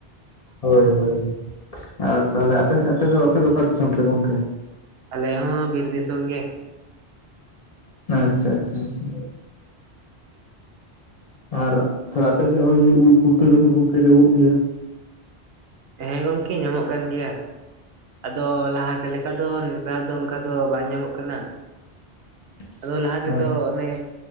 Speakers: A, on the left; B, on the right.
A: ᱦᱳᱭ ᱦᱳᱭ ᱾ ᱟᱨ ᱛᱟᱦᱚᱞᱮ ᱟᱯᱮ ᱥᱮᱫ ᱟᱯᱮ ᱫᱚ ᱟᱯᱮ ᱫᱚ ᱚᱠᱟ ᱫᱤᱥᱚᱢ ᱛᱮ ᱜᱚᱝᱠᱮ?
B: ᱟᱞᱮ ᱦᱚᱸ ᱵᱤᱨ ᱫᱤᱥᱚᱢ ᱜᱮ ᱾
A: ᱟᱪᱪᱷᱟ ᱟᱪᱪᱷᱟ ᱟᱪᱪᱷᱟ ᱟᱨ ᱛᱟᱦᱚᱞᱮ ᱟᱯᱮ ᱥᱮᱫ ᱦᱚᱸ ᱩᱫᱽ ᱯᱩᱴᱠᱟᱹ ᱠᱚᱫᱚ ᱜᱚᱝᱠᱮ ᱧᱟᱜᱚᱜ ᱜᱮᱭᱟ?
B: ᱦᱮᱸ ᱜᱚᱝᱠᱮ ᱧᱟᱢᱚᱜ ᱠᱟᱱ ᱜᱮᱭᱟ ᱾ ᱟᱫᱚ ᱞᱟᱦᱟᱛᱮ ᱞᱮᱠᱟ ᱫᱚ ᱱᱮᱛᱟᱨ ᱫᱚ ᱚᱱᱠᱟ ᱫᱚ ᱵᱟᱝ ᱧᱟᱢᱚᱜ ᱠᱟᱱᱟ
A: <inaudible>
B: ᱟᱫᱚ ᱞᱟᱦᱟ ᱛᱮᱫᱚ
A: ᱟᱨ
B: ᱚᱱᱮᱼ